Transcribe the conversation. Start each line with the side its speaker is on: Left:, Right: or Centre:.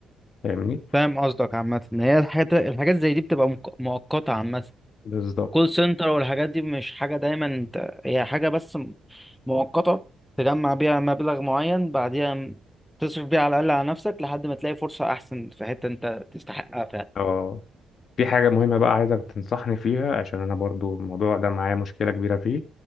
Left: فاهمني
Centre: فاهم قصدك عامة ان هي الحاجات الحاجات زي دي بتبقى مك- مؤقتة عامة
Left: بالظبط
Centre: كول سنتر والحاجات دي مش حاجة دايما انت هي حاجة بس م- مؤقتة تجمع بيها مبلغ معين بعديها م- تصرف بيها على الأقل على نفسك لحد ما تلاقي فرصة أحسن في حتة أنت تستحقها فعلا
Left: اه في حاجة مهمة بقى عايزك تنصحني فيها عشان أنا برضو الموضوع ده معايا مشكلة كبيرة فيه